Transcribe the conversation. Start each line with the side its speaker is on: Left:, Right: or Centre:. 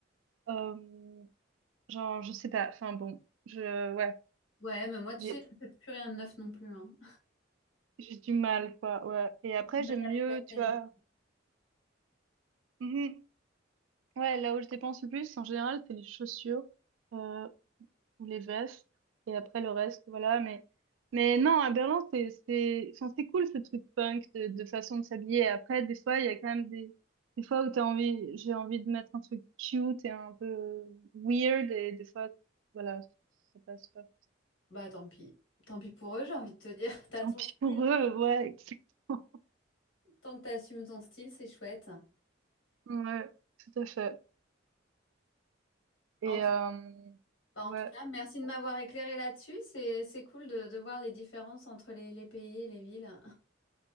Right: Euh, genre, je sais pas. Enfin bon, je, ouais,
Left: Ouais, mais moi, tu
Right: j'ai,
Left: sais, je ne fais plus rien de neuf non plus, hein.
Right: j'ai du mal, quoi. Ouais. Et après,
Left: J'ai du mal
Right: j'aime
Left: avec
Right: mieux,
Left: la qualité.
Right: tu vois. Mhm. Ouais, là où je dépense le plus, en général, c'est les chaussures. Euh, ou les vestes et après le reste voilà mais mais non à Berlin c'est c'est enfin, c'est cool ce truc punk de, de façon de s'habiller après des fois il y a quand même des des fois où t'as envie j'ai envie de mettre un truc cute et un peu weird et des fois voilà ça passe pas
Left: Bah, tant pis. Tant pis pour eux, j'ai envie de te dire. <laughs> T'as
Right: tant
Left: ton
Right: pis
Left: style.
Right: pour eux ouais <laughs> exactement
Left: Tant que tu assumes ton style, c'est chouette.
Right: ouais tout à fait
Left: En
Right: et
Left: tout,
Right: euh,
Left: bah,
Right: ouais
Left: en tout cas, merci de m'avoir éclairé là-dessus. C'est, c'est cool de, de voir les différences entre les, les pays et les villes.